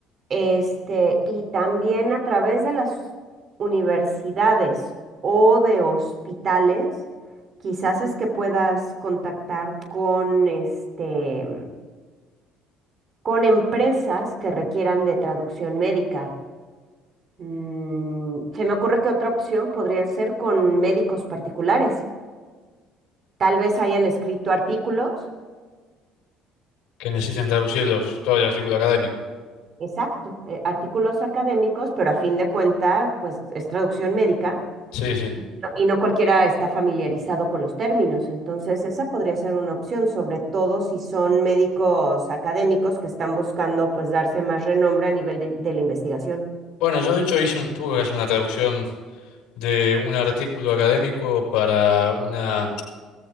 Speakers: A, on the right; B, on the left.
A: Este, y también a través de las universidades o de hospitales, quizás es que puedas contactar con este, con empresas que requieran de traducción médica. Mm, se me ocurre que otra opción podría ser con médicos particulares. Tal vez hayan escrito artículos
B: que necesiten traducirlos todo el artículo académico.
A: Exacto, eh, artículos académicos, pero a fin de cuentas, pues es traducción médica
B: Sí, sí.
A: y no, y no cualquiera está familiarizado con los términos. Entonces, esa podría ser una opción, sobre todo si son médicos académicos que están buscando pues darse más renombre a nivel de, de la investigación.
B: Bueno, yo de hecho hice un- tuve que hacer una traducción de un artículo académico para una,